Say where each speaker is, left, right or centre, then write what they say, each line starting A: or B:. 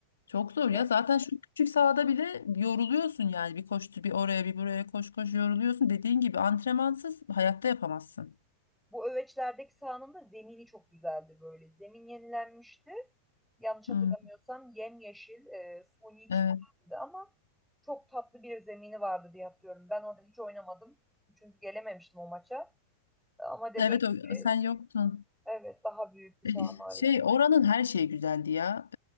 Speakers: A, on the left (about 70°); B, in the centre.
A: Çok zor
B: Bu
A: ya zaten şu küçük sahada bile yoruluyorsun yani bir koştu bir oraya bir buraya koş koş yoruluyorsun. Dediğin gibi antrenmansız hayatta yapamazsın.
B: Bu öveçlerdeki sahanın da zemini çok güzeldi böyle. Zemin yenilenmişti. Yanlış hatırlamıyorsam
A: Hı.
B: yemyeşil, e, suni çimlendi
A: Evet.
B: ama çok tatlı bir zemini vardı diye hatırlıyorum. Ben orada hiç oynamadım. Çünkü gelememiştim o maça. Ama dediğin
A: Evet o-
B: gibi
A: sen yoktun.
B: evet daha büyük bir
A: E,
B: saha maalesef.
A: Şey oranın her şeyi güzeldi ya.